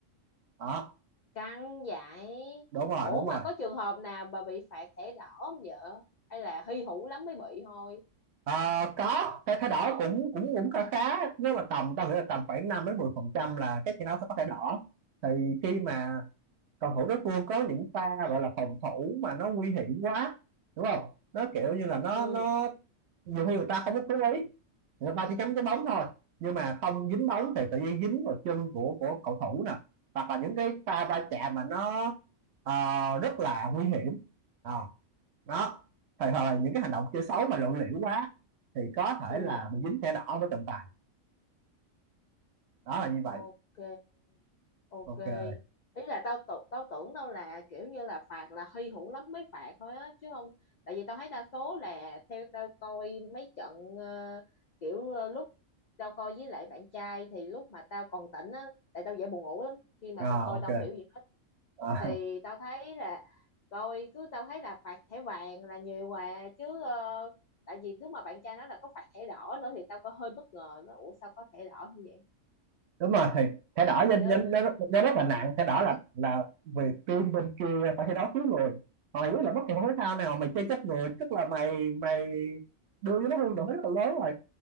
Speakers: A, on the right (about 65°); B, on the left (about 85°).
A: đó
B: căng vậy
A: đúng rồi
B: ủa
A: đúng
B: mà
A: rồi
B: có trường hợp nào bà bị phạt thẻ đỏ không vợ hay là hy hữu lắm mới bị thôi
A: Ờ, có cái thái đỏ cũng cũng cũng khá khá nếu mà tầm tao nghĩ là tầm khoảng 5 đến 10 phần trăm là các trận đấu sẽ có thẻ đỏ thì khi mà cầu thủ đối phương có những pha gọi là phòng thủ mà nó nguy hiểm quá đúng không nó kiểu như là nó
B: ừ
A: nó nhiều khi người ta không có cố ý người ta chỉ chấm cái bóng thôi nhưng mà không dính bóng thì tự nhiên dính vào chân của của cầu thủ nè hoặc là những cái pha va chạm mà nó ờ, rất là nguy hiểm Ờ, đó thì hoặc là những cái hành động chơi xấu mà lộ liễu quá thì có thể
B: ừ
A: là bị dính thẻ đỏ với trọng tài đó là như vậy
B: ok ok
A: ok
B: ý là tao tưởng tao tưởng đâu là kiểu như là phạt là hy hữu lắm mới phạt thôi á chứ không tại vì tao thấy đa số là theo tao coi mấy trận ờ, kiểu ờ, lúc tao coi với lại bạn trai thì lúc mà tao còn tỉnh á tại tao dễ buồn ngủ lắm khi mà
A: à,
B: tao coi
A: ok
B: tao không hiểu gì hết
A: Ờ,
B: thì tao thấy là coi cứ tao thấy là phạt thẻ vàng là nhiều mà chứ ờ, tại vì lúc mà bạn trai nói là có phạt thẻ đỏ nữa thì tao có hơi bất ngờ nó ủa sao có thẻ đỏ như
A: đúng rồi thì thẻ đỏ nên
B: vậy
A: nên nó, rất là nặng thẻ đỏ là là về team bên kia phải thi đấu thiếu người còn mày biết là bất kỳ môn thể thao nào mà mày chơi chết người tức là mày mày đưa cho nó hương nổi rất là lớn rồi